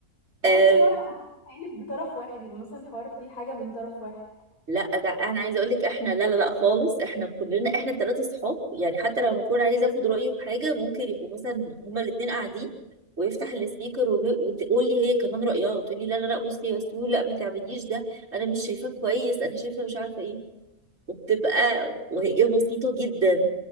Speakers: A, on the left; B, on the right.
A: بحس
B: <laughs>
A: حوار هيقلب بطرف واحد يبقى مثلا حوار فيه حاجة من طرف واحد
B: لا ده انا عايزه اقول لك احنا لا لا لا خالص احنا كلنا احنا الثلاثه صحاب يعني حتى لما اكون عايزه اخد رايه في حاجه ممكن يبقوا مثلا هما الاثنين قاعدين ويفتح السبيكر وب- وتقول لي هي كمان رايها وتقول لي لا لا لا بصي يا سو لا ما تعمليش ده انا مش شايفاه كويس انا شايفه مش عارفه ايه وبتبقى وهي بسيطه جدا